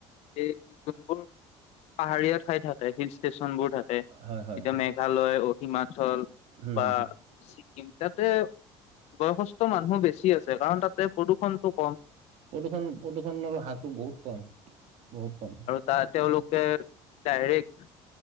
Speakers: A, on the left; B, on the right.
A: এই যোনবোৰ পাহাৰীয়া ঠাই থাকে হিল ষ্টেচনবোৰ থাকে
B: হয় হয়
A: এতিয়া
B: হয়
A: মে। মেঘালয় অ হিমাচল
B: হুম
A: বা।
B: হুম হুম
A: ছিকিম তাতে বয়সস্থ মানুহ বেছি আছে কাৰণ তাতে প্ৰদূৰষণ। টো কম।
B: প্ৰদূষণ প্ৰদূৰষণৰ হাৰটো বহুত কম বহুত কম।
A: ত তেওঁলোকে ডাইৰেক্ট।